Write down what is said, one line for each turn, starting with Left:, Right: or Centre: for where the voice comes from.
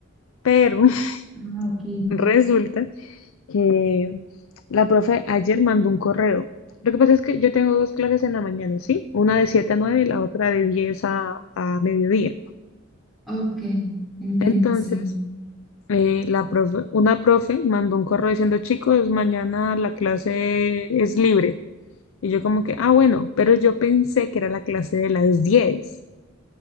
Left: pero <laughs>
Centre: Ah, ok.
Left: resulta que la profe ayer mandó un correo. Lo que pasa es que yo tengo dos clases en la mañana, ¿sí? Una de 7 a 9 y la otra de diez a, a mediodía.
Centre: Ok, entiendo,
Left: Entonces,
Centre: sí.
Left: eh, la profe, una profe mandó un correo diciendo, chicos, mañana la clase es libre. Y yo como que, ah, bueno, pero yo pensé que era la clase de las diez